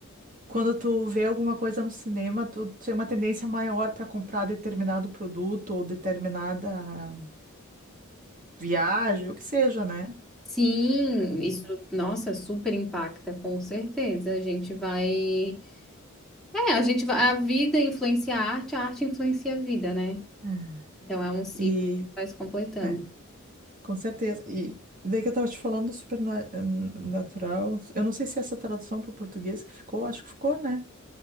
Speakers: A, on the right; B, in the centre.
A: Quando tu vê alguma coisa no cinema, tu tem uma tendência maior para comprar determinado produto ou determinada viagem, o que seja, né?
B: Sim, isso, nossa, super impacta, com certeza. A gente vai. É, a gente vai. A vida influencia a arte, a arte influencia a vida, né?
A: É.
B: Então é um ciclo
A: E,
B: que vai se completando.
A: é, com certeza. E daí que eu tava te falando do supernatural. Eu não sei se essa tradução para o português que ficou, acho que ficou, né?